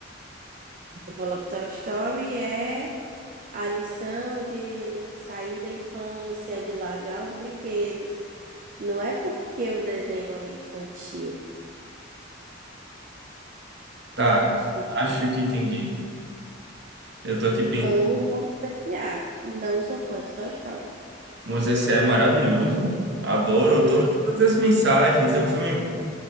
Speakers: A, on the right (about 45°); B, on the right (about 60°).
A: Você falou que Toy Story é a lição de sair da infância, de largar os brinquedos. Não é porque o desenho é infantil.
B: Tá,
A: Ent-
B: acho que entendi. Eu tô aqui
A: Amo Monstros S.A. Não sou fã de Toy Story.
B: Moisés é maravilhoso. Adoro
A: Também,
B: toda- todas as mensagens. É um filme,